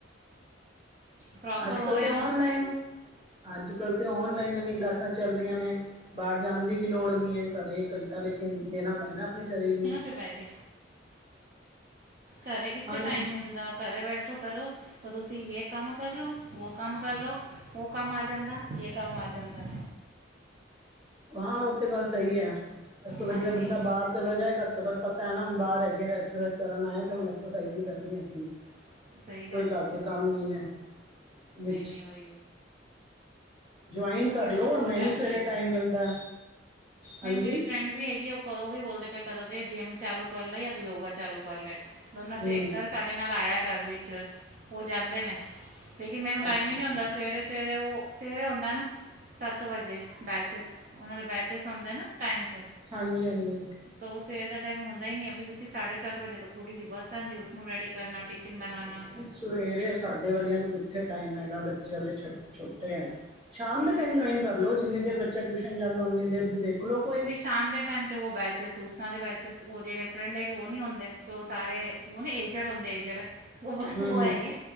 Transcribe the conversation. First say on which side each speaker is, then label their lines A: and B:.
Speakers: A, on the right; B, on the right.
A: ਪ੍ਰੋਪਰ
B: ਅੱਜ-ਕੱਲ
A: ਹੋਏ
B: ਤੇ ਔਨਲਾਈਨ
A: ਨਾ
B: ਅੱਜ-ਕੱਲ ਤੇ ਔਨਲਾਈਨ ਇੰਨੀ ਕਲਾਸਾਂ ਚੱਲ ਰਹੀਆਂ ਨੇ, ਬਾਹਰ ਜਾਣ ਦੀ ਵੀ ਲੋੜ ਨਹੀਂ ਏ, ਘਰੇ ਇੱਕ ਘੰਟਾ ਲਿਖ ਕਿਨ ਦੇਣਾ ਪੈਣਾ, ਅਪਣੇ ਸ਼ਰੀਰ ਨੂੰ।
A: ਬਹਿਕੇ, ਘਰੇ ਕਿੱਥੇ
B: ਹਾਂਜੀ
A: ਟਾਈਮ ਮਿਲਦਾ, ਘਰੇ ਬੈਠੋ ਕਰੋ ਤੁਸੀਂ ਯੇ ਕੰਮ ਕਰਲੋ, ਵੋ ਕੰਮ ਕਰਲੋ ਉਹ ਕੰਮ ਆ ਜਾਂਦਾ, ਯੇ ਕੰਮ ਆ ਜਾਂਦਾ।
B: ਹਾਂ, ਉਹ ਤੇ ਗੱਲ ਸਹੀ ਐ, ਇਸ ਤੋਂ ਵਧੀਆ
A: ਹਾਂਜੀ
B: ਬੰਦਾ ਬਾਹਰ ਚਲਾ ਜਾਏ ਘੱਟ ਤੋਂ ਘੱਟ ਪਤਾ ਐ ਨਾ, ਹੁਣ ਬਾਹਰ ਹੈਗੇ ਆ, ਐਕਸਰਸਾਈਜ਼ ਕਰਨ ਆਏ, ਤਾਂ ਹੁਣ ਐਕਸਰਸਾਈਜ਼ ਹੀ ਕਰਨੀ ਆ ਇਸਦੀ।
A: ਸਹੀ
B: ਕੋਈ ਘਰਦੇ ਕੰਮ ਨਹੀਂ ਨੇ। ਵਿੱਚ
A: ਨਹੀਂ-ਨਹੀਂ, ਓਈ।
B: ਜੁਆਇਨ ਕਰਲੋ,
A: ਤਾਂ ਹੋ
B: ਨਹੀਂ
A: ਜਾਂਦਾ
B: ਸਵੇਰੇ
A: ਹੈਗਾ
B: ਟਾਈਮ ਮਿਲਦਾ।
A: ਨਹੀਂ
B: ਹਾਂਜੀ
A: ਉਹ ਮੇਰੀ ਫਰੈਂਡ ਵੀ ਹੈਗੀ ਆ, ਉਹ ਕੋਂ ਵੀ ਬੋਲਦੇ ਪਏ ਕਦੋਂ ਦੇ, ਜਿੰਮ ਚਾਲੂ ਕਰਲੋ, ਯਾਂ ਤਾ ਯੋਗਾ ਚਾਲੂ ਕਰਲੈ। ਦੋਨਾ'ਚੋ
B: ਹੂੰ
A: ਇਕ ਕਰ ਸਾਡੇ ਨਾਲ ਆਇਆ ਕਰ ਵਿੱਚ, ਓ ਜਾਂਦੇ ਨੇ। ਲੇਕਿਨ, ਮੈਨੂੰ ਟਾਇਮ
B: ਅੱਛਾ
A: ਹੀ
B: ਅੱਛਾ
A: ਨਹੀਂ ਹੁੰਦਾ। ਸਵੇਰੇ-ਸਵੇਰੇ ਉਹ, ਸਵੇਰੇ ਹੁੰਦਾ ਨਾ ਸੱਤ ਵਜੇ ਬੈਚੇਸ ਉਹਨਾਂ ਦੇ ਬੈਚੇਸ ਸੌਂਦੇ ਨਾ ਟਾਈਮ ਤੇ।
B: ਹਾਂਜੀ-ਹਾਂਜੀ।
A: ਤਾਂ ਉਹ ਸਵੇਰ ਦਾ ਟੈਮ ਹੁੰਦਾ ਹੀ ਨੀ ਹੈ ਫਿਰ ਕਿਉਂਕਿ ਸਾਢੇ ਸੱਤ ਵਜੇ ਤੋਂ ਕੁੜੀ ਦੀ ਬੱਸ ਆਂਦੀ ਉਸਨੂੰ ਰੈਡੀ ਕਰਨਾ ਟਿਫਿਨ ਬਨਾਨਾ।
B: ਸਵੇਰੇ ਸਾਡੇ ਵਰਗਿਆਂ ਨੂੰ ਕਿੱਥੇ ਟਾਈਮ ਹੈਗਾ ਬੱਚਿਆ ਲਈ ਛੋਟੇ ਹੈ। ਸ਼ਾਮ
A: ਕਿਉਂਕਿ
B: ਦੇ ਟਾਈਮ ਜੁਆਇਨ ਕਰ ਲਓ ਜਿੰਨੀ ਦੇਰ ਬੱਚਾ ਟਿਊਸ਼ਨ ਜਾਂਦਾ ਓਨੀ ਦੇਰ ਦੀ ਦੇਖ ਲਓ ਕੋਈ
A: ਫਿਰ ਸ਼ਾਮ ਦੇ ਟਾਈਮ 'ਤੇ ਉਹ ਬੈਚਿਸ ਉਸ ਤਰ੍ਹਾਂ ਦੇ ਬੈਚਿਸ ਉਹ ਜਹੜੇ ਫਰੈਂਡ ਹੈਗੇ ਉਹ ਨੀ ਹੁੰਦੇ ਉਹ ਸਾਰੇ- ਉਹਨ ਏਜੜ ਹੁੰਦੇ ਏਜੜ, ਉਹ
B: ਹੂੰ
A: ਉਹ
B: ਹੂੰ
A: ਹੈਗੇ